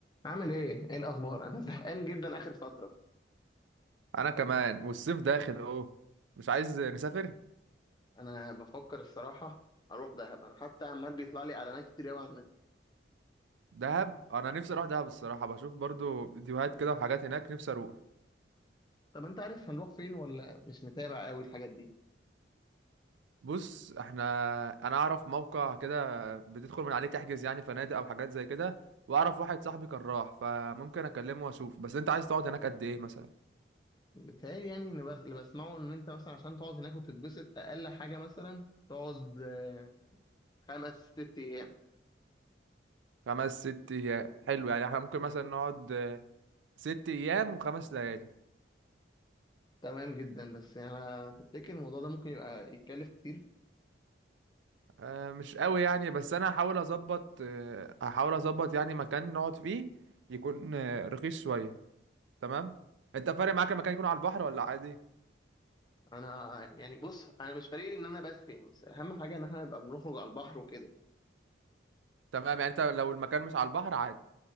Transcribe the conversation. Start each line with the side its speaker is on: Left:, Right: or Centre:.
Left: عامل ايه؟ ايه الاخبار؟ انا زهقان جدا اخر فتره
Right: انا كمان والصيف داخل اهو مش عايز نسافر
Left: انا بفكر الصراحه اروح دهب انا حتى عمال بيطلع لي اعلانات كتير قوي على النت
Right: دهب انا نفسي اروح دهب الصراحه بشوف برضو فيديوهات كده وحاجات هناك نفسي اروح
Left: طب انت عارف هنروح فين ولا مش متابع قوي الحاجات دي؟
Right: بص احنا انا اعرف موقع كده بتدخل من عليه تحجز يعني فنادق او حاجات زي كده واعرف واحد صاحبي كان راح فممكن اكلمه واشوف بس انت عايز تقعد هناك قد ايه مثلا
Left: بيتهيألي يعني إن بس- اللي بسمعه ان انت مثلا عشان تقعد هناك وتتبسط اقل حاجه مثلا تقعد آه، خمس ست ايام
Right: خمس ست ايام حلو يعني احنا ممكن مثلا نقعد آه، ست ايام وخمس ليالي
Left: تمام جدا بس يعني انا تفتكر الموضوع ده ممكن يبقى يتكلف كتير
Right: آه، مش قوي يعني بس انا هحاول اظبط آه، هحاول اظبط يعني مكان نقعد فيه يكون آه، رخيص شويه تمام انت فارق معاك المكان يكون على البحر ولا عادي
Left: انا يعني بص انا مش فارق لي ان انا بس فين بس اهم حاجه ان احنا نبقى بنخرج على البحر وكده
Right: تمام يعني انت لو المكان مش على البحر عادي